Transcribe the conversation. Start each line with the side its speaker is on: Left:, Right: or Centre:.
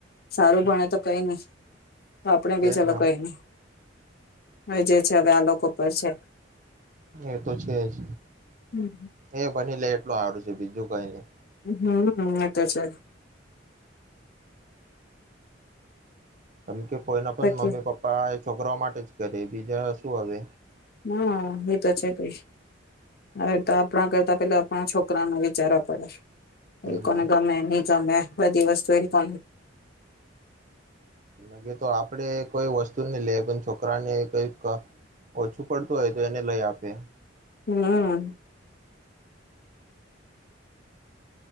Left: સારું ભણે તો કઈ ની. તો આપડે ભી
Right: એજ
Left: ચાલો
Right: ને
Left: કઈ નહી. હવે જે છે, હવે આ લોકો પર છે
Right: એ તો છે જ
Left: હમ
Right: એ ભની લે. લો હારૂ છે બીજું કઈ ની.
Left: હમ હં એ તો છે.
Right: તમ કેવ કોઈના પણ
Left: બાકી
Right: મમ્મી પપ્પા છોકરાઓ માટે જ કરે બીજા શું હવે
Left: હા એ તો છે કઈ હવે તો આપણા કરતા પેલા આપણા છોકરાનું વિચારવા પડે. એ
Right: એજ
Left: કોને
Right: ના
Left: ગમે ની તમે બધી વસ્તુ એ લોકો ને
Right: લગે તો આપડે કોઈ વસ્તુ નઈ લે પણ ચોક કરાને કઈક ઓછું પડતું હોય તો એને લઈ આપે.
Left: હમ.